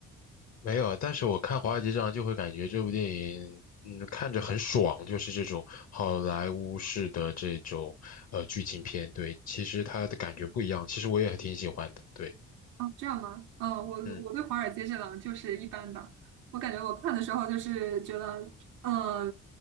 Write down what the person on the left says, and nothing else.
没有，但是我看《华尔街这样就会感觉这部电影，嗯，看着很爽，就是这种好莱坞式的这种呃剧情片。对，其实它的感觉不一样，其实我也还挺喜欢的。对，
嗯，